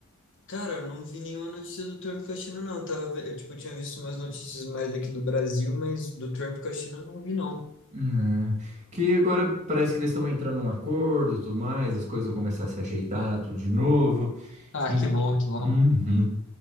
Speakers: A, on the left; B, on the right.
A: Cara, eu não vi nenhuma notícia do Trump com a China, não. Tava, ve- eu, tipo, tinha visto umas notícias mais aqui do Brasil, mas do Trump com a China eu não vi, não.
B: Hum, que agora parece que eles estão entrando num acordo, e tudo mais, as coisas vão começar a se ajeitar, tudo de novo.
A: Ah,
B: En-
A: que bom, que bom.
B: Uhum.